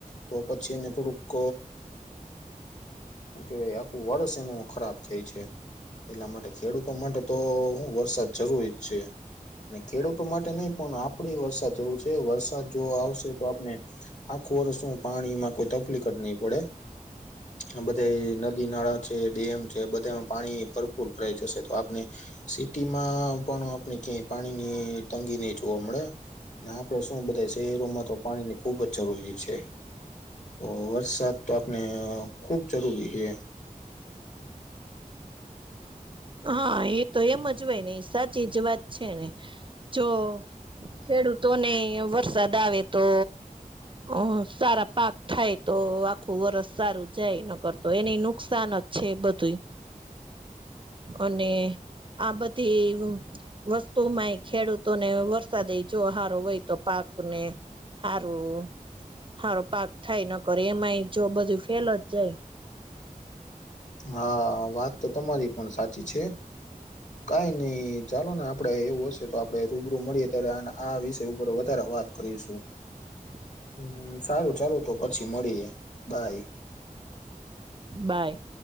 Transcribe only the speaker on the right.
હા, એતો એમ જ હોય ને, સાચી જ વાત છેને જો ખેડૂતોને વરસાદ આવે તો અ સારા પાક થાય તો, આખું વરર્ષ સારું જાય, ન કરરતો એને નુકસાન જ છે બધુંય. અને આ બધી વસ્તુમાંય ખેડૂતોને વરસાદય જો હારો હોય તો પાકને હારું, હારું પાક થાય ન કરે એમાય જો બધું ફેલ જ જાય.
<inaudible>
બાય.